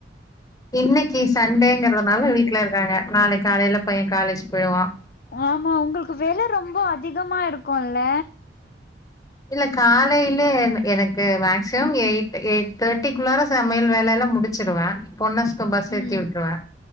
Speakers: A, on the left (about 20°); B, on the left (about 50°).
A: இன்னக்கி சண்டேங்கிறதுனால வீட்ல இருக்காங்க நாளைக் காலேல பைய காலேஜ் போயிருவா
B: ஆமா உங்களுக்கு வேல ரொம்ப அதிகமா இருக்குல்ல
A: இல்ல காலேல எனக்கு மேக்சிமம் எயிட் எயிட் தேர்டிக்குள்ளார சமையல் வேலல்லா முடிச்சிடுவே பொண்ணஸ்க பஸ் ஏத்தி
B: ம்
A: விட்ருவே